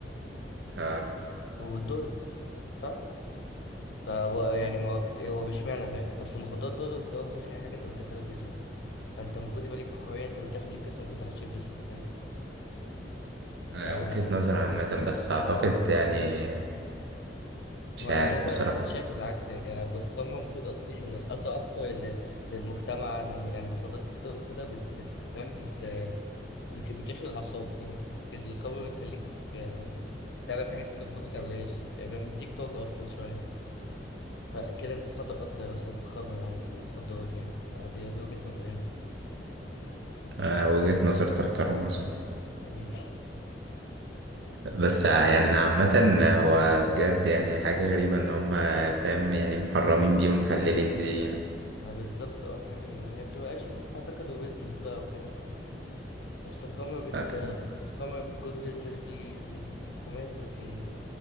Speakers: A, on the right; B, on the left.
A: اه
B: والدور صح؟ فهو يعني ما هو مش معنى فاهم أصل المخدرات برضه في الأول وفي الآخر هي حاجة أنت بتدخلها في جسمك فأنت المفروض يبقى ليك حرية أنت بتدخل إيه في جسمك وما بتدخلش في جسمك فاهم؟
A: آه،
B: ف
A: وجهة نظر عامة بس أعتقد يعني مش
B: وأنا
A: عارف
B: عامة
A: بصراحة
B: أصلا شايف العكس يعني الخمرة المفروض أصلا أذى أكتر ل- للمجتمع يعني المخدرات اللي أنت بتاخدها بت... بت... فاهم؟ بت- بتخلق اعصاب تمام القهوه بتخليك آه، تعمل حاجات انت المفروض ما تعملهاش يعني فاهم بتديك طاقه اصلا شويه فكده انت خطر اكتر اصلا بتخبر عن المخدرات يعني دي دي وجهه نظري يعني
A: آه، وجهة نظر تحترم مثلا
B: حبيبي
A: بس يعني انا عامة هو بجد يعني حاجة غريبة ان هم فاهم يعني محرمين دي ومحللين دي
B: ما بالظبط اه فاهم يعني هي بتبقى اجنده اعتقد وبزنس بقى وكده اصل الخمر بت
A: ف-
B: الخمر جود بزنس دي للحكومات لكن